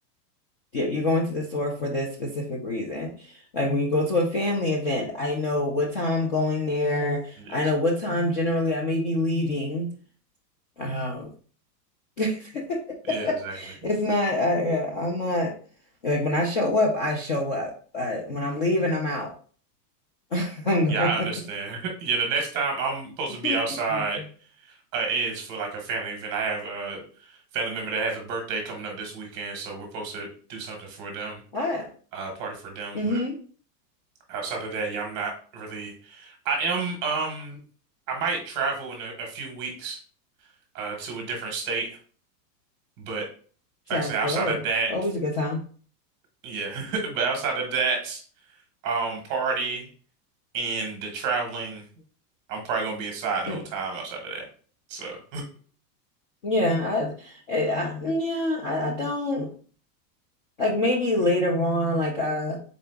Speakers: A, on the left; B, on the right.
A: yeah, you're going to the store for this specific reason. Like when you go to a family event, I know what time I'm going there.
B: yes.
A: I know what time generally I may be leaving. Um, <laughs> it's
B: Yeah, exactly.
A: not, uh, yeah, I'm not like when I show up, I show up. Uh, when I'm leaving, I'm out. <laughs> I'm
B: Yeah,
A: going.
B: I understand. <laughs> Yeah, the next time I'm supposed
A: <laughs>
B: to be outside uh, is for like a family event. I have a family member that has a birthday coming up this weekend, so we're supposed to do something for them,
A: Ah,
B: uh, party for them.
A: mm-hmm.
B: but. Outside of that, yeah, I'm not really. I am. Um, I might travel in a, a few weeks, uh, to a different state, but
A: Sounds
B: like I said, outside
A: good.
B: of that,
A: Always a good time.
B: yeah. <laughs> But outside of that, um, party and the traveling, I'm probably gonna be inside the
A: Mm.
B: whole time. Outside of that, so
A: Yeah, I, I, I yeah, I, I don't. Like maybe later on, like uh